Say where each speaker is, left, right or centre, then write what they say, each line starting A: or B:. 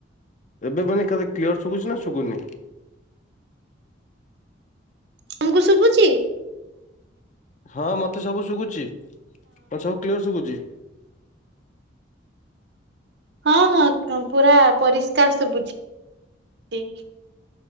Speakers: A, on the left (about 40°); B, on the right (about 60°).
A: ଏବେ ମାନେ କେତେ କ୍ଲିଅର ଶୁବୁଚି ନା ଶୁବୁନି?
B: ତମକୁ ଶୁବୁଚି?
A: ହଁ ମତେ ସବୁ ଶୁବୁଚି ହଁ ସବୁ କ୍ଲିୟର ଶୁବୁଚି।
B: ହଁ ହଁ ପୁରା ପରିଷ୍କାର ଶୁବୁଚି। ଠିକ